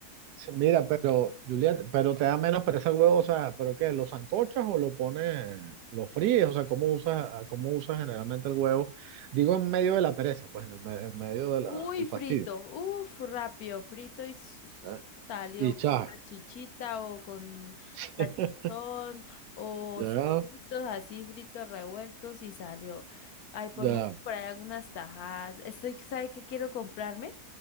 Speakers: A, on the right; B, on the left.
A: Sí, Mira, pero, Juliet, pero te da menos pereza el huevo, o sea, ¿pero qué? lo sancochas o lo pones, lo fríes? O sea, ¿cómo usas, a- cómo usas generalmente el huevo? Digo, en medio de la pereza, pues, en el me- en medio de la,
B: Uy,
A: del
B: frito,
A: fastidio.
B: uf, rápido, frito y s- s-
A: ¿ya?
B: s- salió
A: Y ya,
B: con salchichita o con
A: <laughs>
B: salchichón o
A: ya,
B: solitos así fritos revueltos y salió. Ay, por
A: ya,
B: mucho por ahí algunas tajadas. Estoy, ¿sabe qué quiero comprarme?